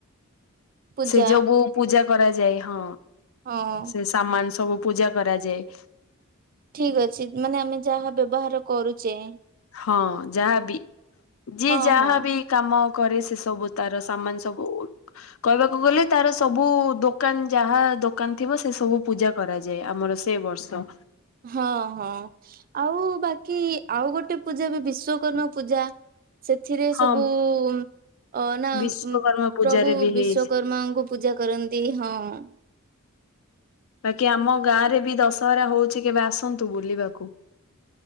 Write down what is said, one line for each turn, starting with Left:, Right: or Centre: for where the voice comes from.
Right: ପୂଜା
Left: ସେ ଯବୁ ପୂଜା କରାଯାଏ ହଁ
Right: ହଁ
Left: ସେ ସାମାନ ସବୁ ପୂଜା କରାଯାଏ।
Right: ଠିକ ଅଛି ମାନେ ଆମେ ଯାହା ବ୍ୟବହାର କରୁଚେ।
Left: ହଁ ଯାହାବି ଯିଏ
Right: ହଁ
Left: ଯାହାବି
Right: ହଁ
Left: କାମ କରେ ସେ ସବୁ-' ତାର ସାମାନ ସବୁ ଉ କହିବାକୁ ଗଲେ ତାର ସବୁ ଦୋକାନ ଯାହା ଦୋକାନ ଥିବ ସେ ସବୁ ପୂଜା କରାଯାଏ। ଆମର ସେ ବର୍ଷ
Right: ହଁ ହଁ ଆଉ ବାକି ଆଉ ଗୋଟେ ପୂଜା ବି ବିଶ୍ଵକର୍ମା ପୂଜା ସେଥିରେ ସବୁ
Left: ହଁ
Right: ଉଉଁ ଅ ନା
Left: ବିଶ୍ଵକର୍ମା ପୂଜାରେ
Right: ପ୍ରଭୁ
Left: ବି
Right: ବିଶ୍ଵକର୍ମାଙ୍କୁ
Left: ହେଇଛି।
Right: ପୂଜ କରନ୍ତି। ହଁ <inaudible>
Left: ବାକି ଆମ ଗାଁରେ ବି ଦଶହରା ହଉଛି କେବେ ଆସନ୍ତୁ ବୁଲିବାକୁ।